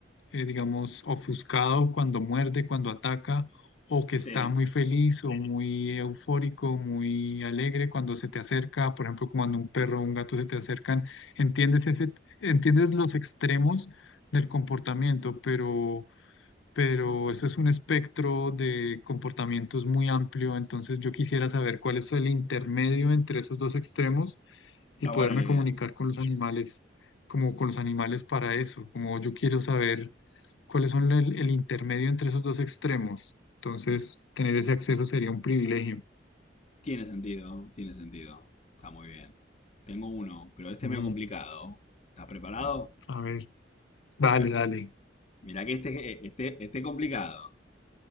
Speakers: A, on the left; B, on the left.
A: eh, digamos, ofuscado cuando muerde, cuando ataca, o que
B: Sí.
A: está muy feliz o muy eufórico, muy alegre cuando se te acerca, por ejemplo, como cuando un perro o un gato se te acercan. Entiendes ese, entiendes los extremos del comportamiento, pero pero eso es un espectro de comportamientos muy amplio, entonces yo quisiera saber cuál es el intermedio entre esos dos extremos
B: Está
A: y poderme
B: buena la
A: comunicar
B: idea.
A: con los animales, como con los animales para eso, como yo quiero saber cuáles son el, el intermedio entre esos dos extremos, entonces tener ese acceso sería un privilegio.
B: Tiene sentido, tiene sentido. Está muy bien. Tengo uno, pero este
A: Mm,
B: es medio complicado. ¿Estás preparado?
A: a ver, dale,
B: A ver,
A: dale.
B: mira que este, este, este complicado.